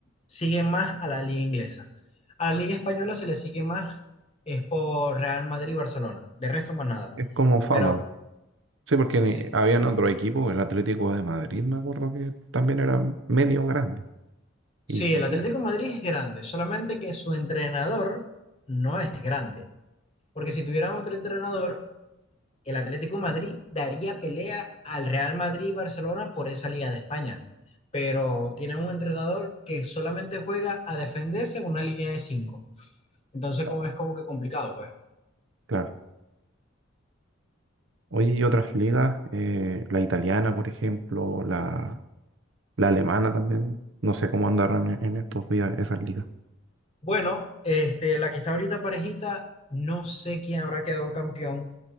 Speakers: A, on the left; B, on the right.
A: sigue más a la liga inglesa. A la liga española se le sigue más, es por Real Madrid y Barcelona. De resto, más nada.
B: Es como fama.
A: Pero
B: Sí, porque ni-
A: sí,
B: habían otro equipo, el Atlético de Madrid, me acuerdo que también era medio grande.
A: sí,
B: Y se
A: el
B: habían.
A: Atlético de Madrid es grande, solamente que su entrenador no es grande. Porque si tuvieran otro entrenador, el Atlético de Madrid daría pelea al Real Madrid y Barcelona por esa Liga de España. Pero tiene un entrenador que solamente juega a defenderse en una línea de cinco. Entonces,
B: estado,
A: como es como que complicado, pues.
B: Claro. Oye, y otras ligas, eh, la italiana, por ejemplo, la, la alemana también. No sé cómo andarán en, en estos días esas ligas.
A: Bueno, este, la que está ahorita parejita, no sé quién habrá quedado campeón